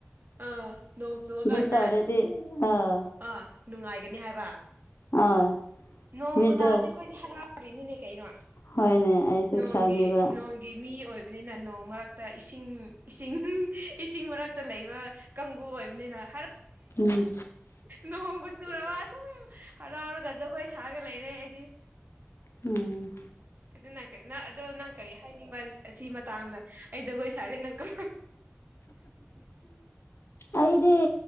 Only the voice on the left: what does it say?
ꯑꯗꯨ
ꯇꯧꯔꯗꯤ ꯑꯥ
ꯑꯥ
ꯃꯤꯠꯗꯣ
ꯍꯣꯏꯅꯦ ꯑꯩꯁꯨ
ꯈꯪꯉꯦꯕ
ꯎꯝ
ꯎꯝ
ꯑꯩꯗꯤ